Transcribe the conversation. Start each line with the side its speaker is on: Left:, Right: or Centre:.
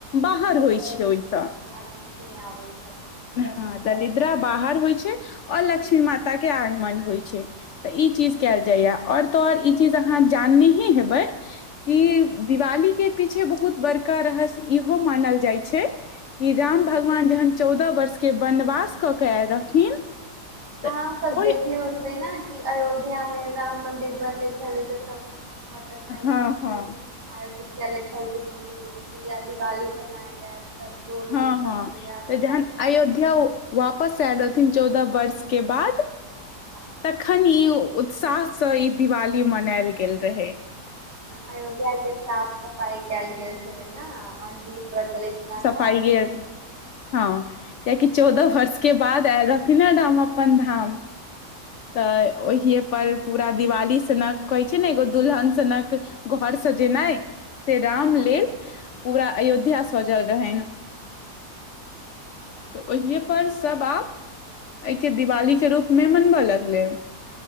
Left: बाहर
Right: निकल
Left: होइ छै
Right: जाय
Left: ओहिसँ
Right: आ लक्ष्मी आबै छथिन प्रवेश
Left: हँ दलिद्रा
Right: करै
Left: बाहर होय छै आओर लक्ष्मी माता के आगमन होय छै त ई चीज कयल जाइए आओर तो आओर ई चीज अहाँ जान नीहे हेबै
Right: छथिन
Left: कि दिवाली के पीछे बहुत बड़का रहस्य इहो मानल जाइ छै कि राम
Right: हुं
Left: भगवान जहन चौदह वर्षके वनवास कऽ क आएल रहथिन तऽ
Right: अहाँ सब
Left: ओई
Right: देखले होबै ने अयोध्या में राम मदिर बनले छलै तऽ सब मतलब पहिने
Left: हँ
Right: सँ
Left: हँ
Right: आयोजित चले छल दिन या दि वाली मनायल जायत सब रोड
Left: हँ
Right: उड सब
Left: हँ
Right: दिया के
Left: तऽ जहन
Right: प्रज्वलित
Left: अयोध्या वापस आयल रह न चौदह वर्ष के बाद
Right: हँ
Left: तखन ई उत्साहसँ ई दिवाली मनायल गेल रहय
Right: अयोध्या के साफ सफाई कयल गेल छलै ना और दीप प्रज्वलित कयक
Left: पड़ि गेल हँ कियाकि चौदह
Right: हूं
Left: वर्ष के बाद आयल रहथिन राम अपन धाम तऽ ओहिये पर पूरा दिवाली सनक कहै छै ना एगो दुलहन सनक घर सजेनाय से रामलेल
Right: हँ
Left: पूरा अयोध्या सजल रहैन
Right: <unintelligible>
Left: तऽ ओहिेए पर सब आप अई के दिवालीे रूपमे मनबय लगलै